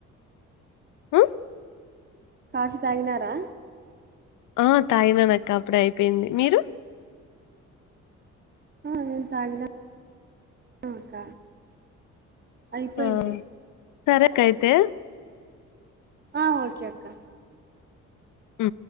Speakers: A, on the left; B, on the right.
A: హా
B: కాశీ తాగినారా
A: ఆ తాగినాను అక్క అప్పుడే అయిపోయింది మీరు
B: ఆ నేను తాగినా ఆ అక్క అయిపోయింది
A: ఆ సరే అక్క అయ్యితే
B: ఆ ఓకే అక్క
A: ఉ